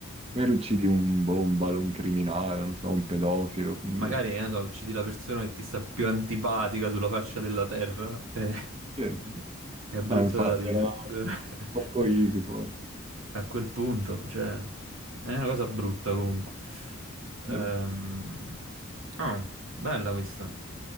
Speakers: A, on the right; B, on the right.
A: magari uccidi un bombalo, un criminale, non so, un pedofilo, quindi...
B: Magari, che ne so, uccidi la persona che ti sta più antipatica sulla faccia della terra. eh, <laughs>
A: Sì, sì.
B: È brutto
A: No, infatti
B: da dire.
A: era
B: <laughs>
A: troppo easy forse.
B: A quel punto, cioè, è una cosa brutta comunque. Ehm,
A: Sì.
B: Ah, bella questa.